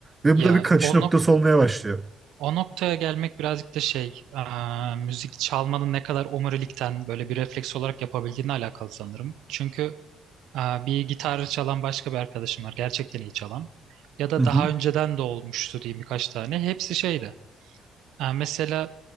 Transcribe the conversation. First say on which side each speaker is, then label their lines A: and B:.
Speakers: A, on the right; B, on the right.
A: Ve
B: Ya
A: bu da bir kaçış
B: o
A: noktası olmaya başlıyor.
B: O noktaya gelmek birazcık da şey, eee, müzik çalmanın ne kadar omurilikten böyle bir refleks olarak yapabildiğine alakalı sanırım. Çünkü eee, bir gitarı çalan başka bir arkadaşım var, gerçekten iyi çalan. Ya da
A: Hı hı,
B: daha önceden de olmuştu diyeyim birkaç tane. Hepsi şeydi. Eee, mesela